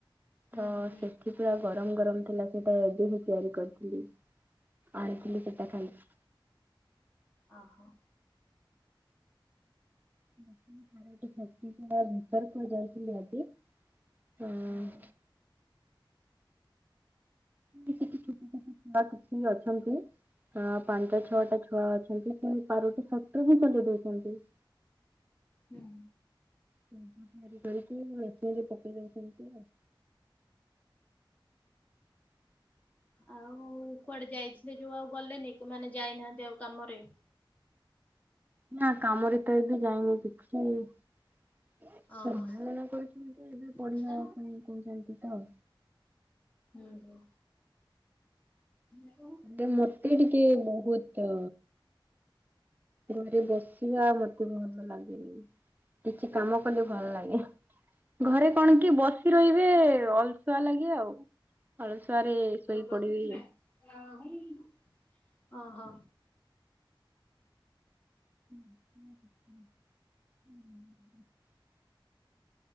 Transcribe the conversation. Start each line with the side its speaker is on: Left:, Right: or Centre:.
Left: ହୁଁ
Right: ତ
Left: ହୁଁ
Right: ସେଠି ପୁରା ଗରମ ଗରମ ଥିଲା, ସେଇଟା ଏବେ ହିଁ ତିଆରି କରିଥିଲେ। ଆଣିଥିଲି ସେଟା ଖାଇଚି।
Left: ଅ ହୋ।
Right: <unintelligible> ଶକ୍ତିଙ୍କର ବିତର୍କ ଯାଇଥିଲେ ଆଜି ଛୁଆ
Left: ହଁ।
Right: <unintelligible> ଛୁଆ କିଛି ବି ଅଛନ୍ତି ହଁ ପାଞ୍ଚଟା ଛଅଟା ଛୁଆ ଅଛନ୍ତି, ସେଇ ପାଉରୁଟି ଫ୍ୟାକ୍ଟ୍ରି ବି ଖୋଲି ଦେଇଛନ୍ତି। <inaudible>
Left: ହୁଁ।
Right: <unintelligible> ବାହାରି କରିକି ମେସିନ୍ ରେ ପକେଇ ଦଉଛନ୍ତି ଆଉ। <inaudible>
Left: ଆଉ କୁଆଡେ ଯାଇଥିଲେ ଯୋଉ ଆଉ ଗଲେନି? ମାନେ ଯାଇନାହାଁନ୍ତି ଆଉ କାମରେ।
Right: ନା କାମରେ ତ ଏବେ ଯାଇନି କିଛି ଜନ
Left: ଓହୋ।
Right: ଗଣନା କରୁଛନ୍ତି, ଏବେ ପଢିବା
Left: ହୁଁ
Right: ପାଇଁ କହୁଛନ୍ତି ତ?
Left: ଓହୋ। ଆଉ
Right: ଏବେ ମୋତେ ଟିକେ ବହୁତ ଘରେ ବସିିବା ମତେ ଭଲ ଲାଗେନି ବି। କିଛି କାମ କଲେ ଭଲ ଲାଗେ। ଘରେ କଣ କି ବସି ରହିବେ ଅଳସୁଆ ଲାଗେ ଆଉ। ଅଳସୁଆରେ ଶୋଇ
Left: ତ
Right: ପଡିବି
Left: କିଛି ନାହିଁ, ଏୟା ହୁଁ। ଓହୋ।
Right: ହୁଁ ହ ହଁ।